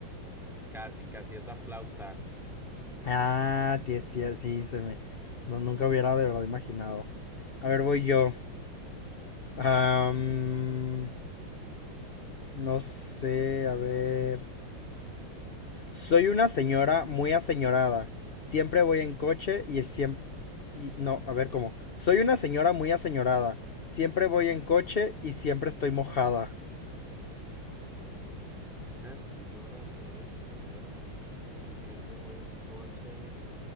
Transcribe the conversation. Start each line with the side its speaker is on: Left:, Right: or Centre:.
Centre: Casi, casi es la flauta.
Left: Ah, sí, es cierto. Sí, se me. No, nunca hubiera de verdad imaginado. A ver, voy yo. Am, no sé, a ver. Soy una señora muy aseñorada. Siempre voy en coche y siempre... no, a ver cómo. Soy una señora muy aseñorada. Siempre voy en coche y siempre estoy mojada.
Centre: Una señora muy aseñorada. Siempre voy en coche.